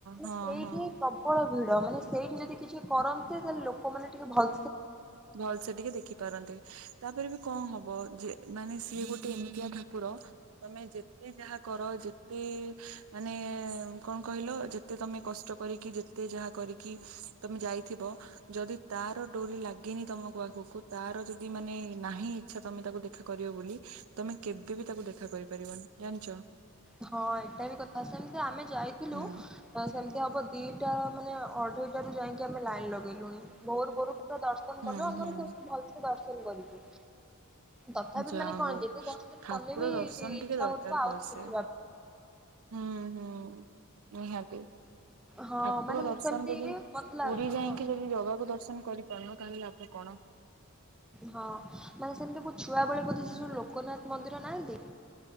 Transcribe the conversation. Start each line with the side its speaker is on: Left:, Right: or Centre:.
Right: ହଁ
Centre: ସେଇଠି
Right: ହଁ।
Centre: ପ୍ରବଳ ଭିଡ ମାନେ ସେଇଠି ଯଦି କିଛି କରନ୍ତି ତାହେଲେ ଲୋକମାନେ ଟିକେ ଭଲ
Right: ଭଲ ସେ ଟିକେ ଦେଖିପାରନ୍ତେ। ତାପରେ ବି କଣ ହବ ଯେ ମାନେ ସିଏ ଗୋଟେ ଏମିତିିଆ ଠାକୁର ତମେ ଯେତେ ଯାହା କର ଯେତେ ମାନେ କଣ କହିଲ ଯେତେ ତମେ କଷ୍ଟ କରିକି ଯେତେ ଯାହା କରିକି ତମେ ଯାଇଥିବ ଯଦି ତାର ଡୋରି ତମ ଆଗକୁ ତାର ଯଦି ମାନେ ନାହିଁ ଇଛା ତମେ ତାକୁ ଦେଖା କରିବ ବୋଲି ତମେ କେବେ ବି ତାକୁ ଦେଖା କରିପାରିବନି ଜାଣିଛ।
Centre: ହଁ ଏଇଟା ବି କଥା ସେମିତି ଆମେ ଯାଇଥିଲୁ
Right: ହୁଁ
Centre: ତ ସେମତି ହବ ଦିପ ଟା ମାନେ ଅଢେଇଟା ରୁ ଯାଇକି ଆମେ ଲାଇନ ଲଗେଇଲୁଣି ଭୋରୁ ଭୋରୁ। ପୁରା ଦର୍ଶନ
Right: ହୁଁ
Centre: କଲୁ ଆମର
Right: ହୁଁ
Centre: ସବଠୁ ଭଲସେ ଦର୍ଶନ କରିକି ତଥାପି
Right: ଯାହା
Centre: ମାନେ କଣ
Right: ହଉ
Centre: ଯେତେ ଦର୍ଶନ
Right: ଠାକୁର
Centre: କଲେ ବି
Right: ଦର୍ଶନ
Centre: ଇଚ୍ଛା
Right: ଟିକେ ଦରକାର
Centre: ହଉଥିବ ଆଉରି
Right: ଭଲସେ
Centre: ଦେଖିବି।
Right: ହୁଁ ହୁଁ ନିହାତି।
Centre: ହଁ
Right: ଠାକୁର
Centre: ମାନେ ମୁଁ
Right: ଦର୍ଶନ
Centre: ସେମିତି
Right: ଯଦି
Centre: ମତେ ଲା
Right: ପୁରୀ ଯାଇକି
Centre: ହଁ
Right: ଯଦି ଜଗାକୁ ଦର୍ଶନ କରି ପାରୁନ ତା ହେଲେ ଲାଭ କଣ।
Centre: ହଁ ମାନେ ସେମିତି ମୋ ଛୁଆ ବେଳେ ବୋଧେ
Right: ହୁଁ
Centre: ସେ ଯୋଉ ଲୋକନାଥ ମନ୍ଦିର ନାହାନ୍ତି।